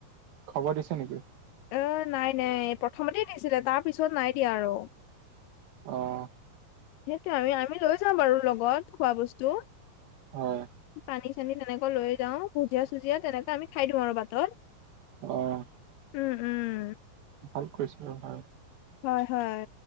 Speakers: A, on the right (about 75°); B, on the left (about 80°).
A: খবৰ দিছে নেকি?
B: এ', নাই। নাই। প্ৰথমতে দিছিলে। তাৰ পিছত নাই দিয়া আৰু
A: অ',
B: সেইটো আমি আমি লৈ যাম বাৰু লগত খোৱা বস্তু
A: হয়।
B: পানী-চানী তেনেকৈ লৈ যাওঁ ভুজিয়া-চুজিয়া তেনেকে আমি খাই দিওঁ আৰু বাটত।
A: অ',
B: উম', উম,
A: ভাল কৰিছিলো ৰহা
B: হয়। হয়।